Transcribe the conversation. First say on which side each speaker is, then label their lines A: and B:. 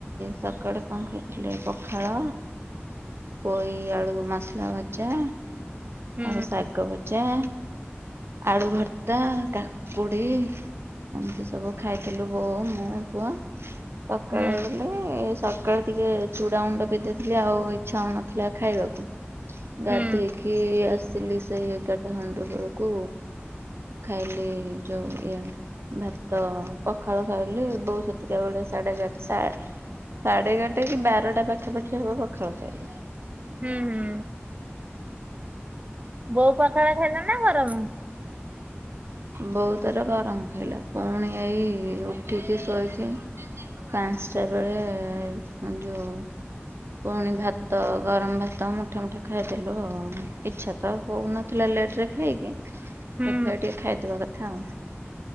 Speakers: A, on the right (about 65°); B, on the right (about 35°).
A: ସକାଳେ କଣ ଖାଇଥିଲି ପଖାଳ ପୋଇ ଆଳୁ ମସଲା ଭଜା
B: ହୁଁ
A: ଆଉ ଶାଗ ଭଜା ଆଳୁ ଭର୍ତ୍ତା, କାକୁଡ଼ି। ଏମିତି ସବୁ ଖାଇଥିଲୁ ବୋଉ, ମୁଁ, ପୁଅ ସକାଳେ
B: ହୁଁ
A: ବୋଲି ସକାଳେ ଟିକେ ଚୁଡ଼ା ଗୁଣ୍ଡ ପି ଦେଇଥିଲି ଆଉ ଇଚ୍ଛା ହଉନଥିଲା ଖାଇବାକୁ। ଗାଧେଇକି
B: ହୁଁ
A: ଆସିଲି ସେଇ ଏଗାରଟା ଖଣ୍ଡେ ବେଳକୁ। ଖାଇଲି ଯଉ ଇଏ ଭାତ ପଖାଳ ଖାଇଲି ବୋଉ ସେତିକେ ବେଳେ ସାଢ଼େ ଏଗାରଟା ସାଢ଼େ ସାଢ଼େ ଏଗାରଟା କି ବାରଟା ପାଖାପାଖି ହବ ପଖାଳ ଖାଇଲୁ।
B: ହୁଁ, ହୁଁ। ବୋଉ ପାଖାଳ ଖାଇଲେ ନା ଗରମ?
A: ବୋଉ ତାର ଗରମ ଖାଇଲା ପୁଣି ଏଇ ଉଠିକି ଶୋଇକି ପାଞ୍ଚଟା ବେଳେ ଯୋଉ ପୁଣି ଭାତ ଗରମ ଭାତ ମୁଠା- ମୁଠା ଖାଇଦେଲୁ ଆଉ ଇଛା ଭୋକ ହଉନଥିଲା ଲେଟ୍ ରେ ଖାଇକି ତଥାବି
B: ହୁଁ
A: ଟିକେ ଖାଇଦବା କଥା ଆଉ।